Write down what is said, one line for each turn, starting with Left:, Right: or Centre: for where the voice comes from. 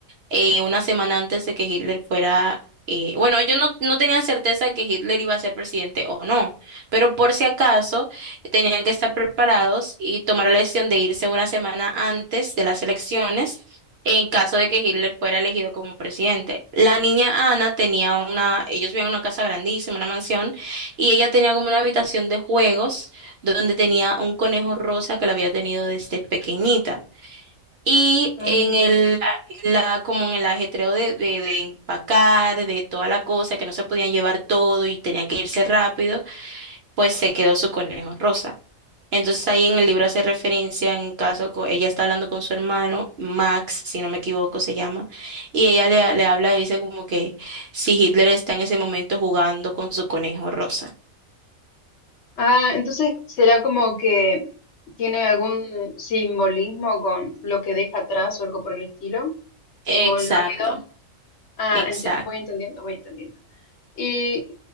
Right: eh, una semana antes de que Hitler fuera, eh, bueno, ellos no, no tenían certeza de que Hitler iba a ser presidente o no, pero por si acaso eh, tenían que estar preparados y tomar la decisión de irse una semana antes de las elecciones en caso de que Hitler fuera elegido como presidente. La niña Ana tenía una, ellos vivían en una casa grandísima, una mansión, y ella tenía como una habitación de juegos donde tenía un conejo rosa que la había tenido desde pequeñita. Y
Left: Ah,
Right: en el, la, como en el ajetreo de, de, de empacar, de toda la cosa, que no se podían llevar todo y tenían que irse rápido, pues se quedó su conejo rosa. Entonces ahí en el libro hace referencia, en un caso, co- ella está hablando con su hermano, Max, si no me equivoco se llama, y ella le, le habla y dice como que si Hitler está en ese momento jugando con su conejo rosa.
Left: Ah, entonces será como que tiene algún simbolismo con lo que deja atrás o algo por el estilo,
Right: Exacto,
Left: como lo olvidó. Ah,
Right: exacto.
Left: enti- voy entendiendo, voy entendiendo. ¿Y